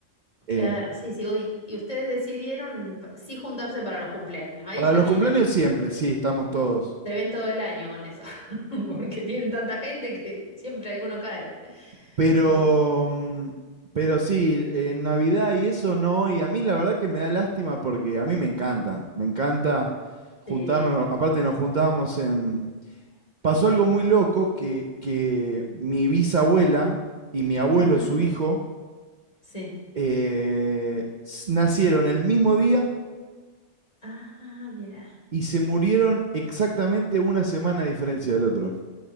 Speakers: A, on the left (about 30°); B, on the right (about 40°).
A: claro,
B: Eh,
A: sí, sí. uy, y ustedes decidieron pa- sí juntarse para los cumpleaños. Ahí
B: para
A: ya
B: los
A: tienen,
B: cumpleaños siempre, sí, estamos todos.
A: se ven todo el año con eso, <laughs> porque tienen tanta gente que siempre alguno cae.
B: Pero,
A: Sí,
B: mm, pero sí, en Navidad y eso no. Y a mí la verdad que me da lástima porque a mí me encanta, me encanta juntarnos.
A: sí.
B: Aparte nos juntábamos en, pasó algo muy loco que, que mi bisabuela y mi abuelo,
A: Ujú,
B: su hijo,
A: sí.
B: eh, s- nacieron el mismo día
A: Ah, mira.
B: y se murieron exactamente una semana a diferencia del otro.